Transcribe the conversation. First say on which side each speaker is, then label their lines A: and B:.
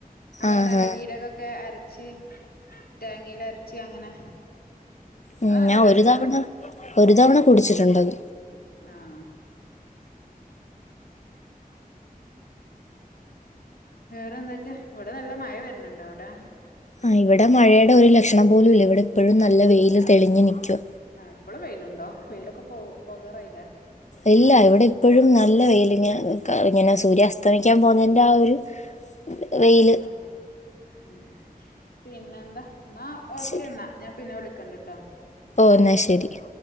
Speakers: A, on the left; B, on the left.
A: നമ്മള്
B: ആഹാ
A: നല്ല ചീരക ക്കെ അരച്ച് തേങ്ങയില അരച്ച് അങ്ങനെ
B: ഉം
A: അത് നല്ല
B: ഞാൻ
A: ടേസ്റ്റാ
B: ഒരു തവണ ഒരു തവണ കുടിച്ചിട്ടുണ്ടത്,
A: ആഹ് വേറെ എന്തൊക്കെ ഇവിടെ നല്ല മഴ വര്ന്ണ്ട് അൗടെ
B: ആ ഇവിടെ മഴയുടെ ഒരു ലക്ഷണം പോലും ഇല്ല ഇവിടെ ഇപ്പഴും നല്ല വെയിൽ തെളിഞ്ഞ് നിക്കു
A: ആഹ് ഇപ്പളും വെയിലുണ്ടോ വെയിലൊക്കെ പോ പോകാറായില്ലേ,
B: ഇല്ല ഇവിടെ ഇപ്പഴും നല്ല വെയില് ഇങ്ങനെ നിക്ക ഇങ്ങനെ സൂര്യാ അസ്തമിക്കാൻ പോകുന്നതിൻ്റെ ആ ഒരു <unintelligible> യില്
A: അ ഉം പിന്നെന്താ ന്നാ ഓക്കെന്നാ,
B: ശരി
A: ഞാൻ പിന്നെ വിളിക്കണ്ട്ട്ടോ
B: ഓ ന്നാ ശരി.